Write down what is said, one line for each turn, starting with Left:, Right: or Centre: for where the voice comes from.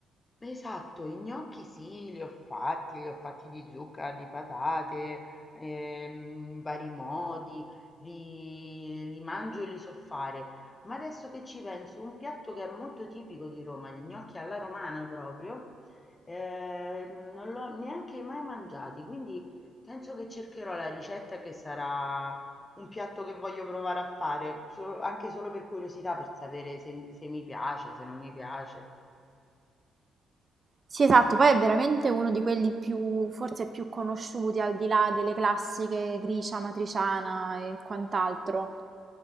Left: Esatto, i gnocchi sì, li ho fatti, li ho fatti di zucca, di patate, ehm, vari modi, li, li mangio e li so fare. Ma adesso che ci penso, un piatto che è molto tipico di Roma, gli gnocchi alla romana proprio, ehm, non l'ho neanche mai mangiati, quindi penso che cercherò la ricetta che sarà un piatto che voglio provare a fare, so- anche solo per curiosità, per sapere se se mi piace, se non mi piace.
Right: Sì, esatto, poi è veramente uno di quelli più, forse più conosciuti al di là delle classiche gricia, matriciana e quant'altro.